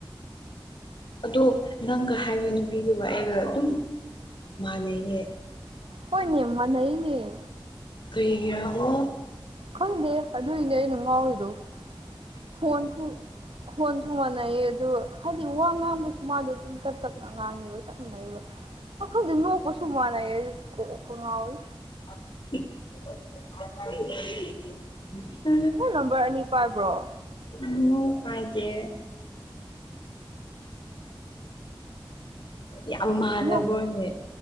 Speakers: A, on the left; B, on the right.
A: ꯑꯗꯣ ꯅꯪꯒ ꯍꯥꯏꯕ ꯅꯨꯄꯤꯗꯨꯒ ꯑꯩꯒ ꯑꯗꯨꯝ ꯃꯥꯟꯅꯩꯌꯦ
B: ꯍꯣꯏꯅꯦ ꯃꯥꯟꯅꯩꯅꯦ
A: ꯀꯩꯒꯤꯔꯕꯣ
B: ꯈꯪꯗꯦ ꯑꯗꯨꯏꯅꯦ ꯑꯩꯅ ꯉꯥꯎꯔꯤꯗꯣ ꯐꯣꯟꯁꯨ ꯈꯣꯟꯁꯨ ꯃꯥꯟꯅꯩꯌꯦ ꯑꯗꯨ ꯍꯥꯏꯗꯤ ꯋꯥ ꯉꯥꯡꯕꯁꯨ ꯃꯥꯗꯣ ꯇꯞ ꯇꯞꯅ ꯉꯥꯡꯉꯤꯕ ꯆꯞꯃꯥꯅꯩꯕ ꯈꯪꯗꯦ ꯅꯣꯛꯄꯁꯨ ꯃꯥꯟꯅꯩꯌꯦ ꯀꯣꯛꯀ ꯉꯥꯎꯋ
A: <unintelligible>
B: ꯅꯪ ꯅꯝꯕꯔ ꯑꯅꯤ ꯄꯥꯏꯕ꯭ꯔꯣ
A: ꯎꯝ ꯎꯝ ꯀꯥꯏꯗꯦ ꯌꯥꯝ ꯃꯥꯂꯕꯣꯅꯦ
B: ꯅꯣꯛ